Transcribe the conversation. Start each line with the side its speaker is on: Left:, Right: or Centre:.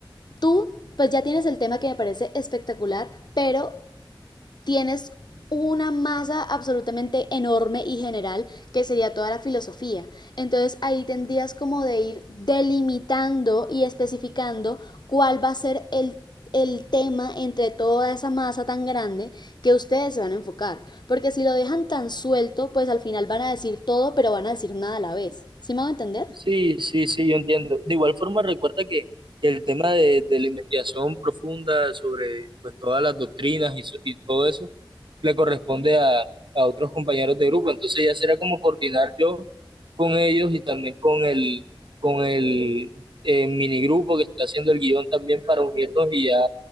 Left: tú pues ya tienes el tema que me parece espectacular, pero tienes una masa absolutamente enorme y general que sería toda la filosofía. Entonces ahí tendrías como de ir delimitando y especificando cuál va a ser el, el tema entre toda esa masa tan grande que ustedes se van a enfocar. Porque si lo dejan tan suelto, pues al final van a decir todo, pero van a decir nada a la vez. ¿Sí me van a entender?
Right: Sí, sí, sí, yo entiendo. De igual forma, recuerda que el tema de, de la investigación profunda sobre pues, todas las doctrinas y, so- y todo eso le corresponde a, a otros compañeros de grupo. Entonces ya será como coordinar yo con ellos y también con el, con el eh, minigrupo que está haciendo el guión también para unirnos y ya,